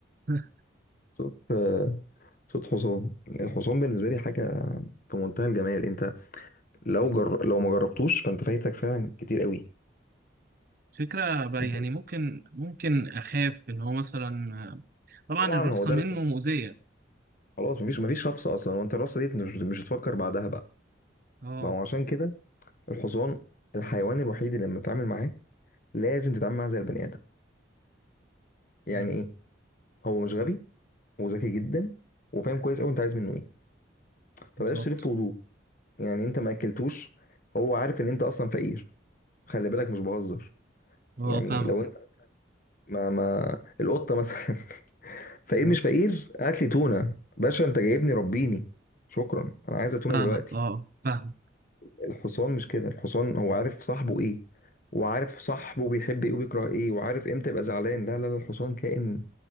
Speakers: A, on the right; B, on the left.
A: <laughs>
B: صوت صوت حصان الحصان بالنسبه لي حاجه في منتهى الجمال انت لو جر... لو ما جربتوش فانت فايتك فعلا كتير قوي
A: فكره بقى
B: انت
A: يعني ممكن ممكن اخاف ان هو مثلا طبعا
B: طبعا
A: الرفصه
B: هو ده
A: منه
B: اللي-
A: مؤذيه
B: خلاص مفيش مفيش رفسه اصلا وانت الرفسه دي انت مش مش هتفكر بعدها بقى
A: اه
B: ما هو عشان كده الحصان الحيوان الوحيد اللي لما تتعامل معاه لازم تتعامل معاه زي البني ادم يعني
A: مم،
B: ايه هو مش غبي وذكي جدا وفاهم كويس قوي انت عايز منه ايه
A: بالظبط
B: فبلاش تلف وضوء يعني انت ما اكلتوش هو عارف ان انت اصلا فقير خلي بالك مش بهزر
A: اه
B: يعني
A: فاهمك
B: لو انت مثلا ما ما القطه مثلا <laughs> فقير
A: اه
B: مش فقير هات لي تونه باشا انت جايبني ربيني شكرا انا عايزه تونه
A: فاهمك
B: دلوقتي
A: اه آه، فاهمك
B: الحصان مش كده الحصان هو عارف صاحبه ايه وعارف صاحبه بيحب ايه وبيكره ايه وعارف امتى يبقى زعلان لا لا لا الحصان كائن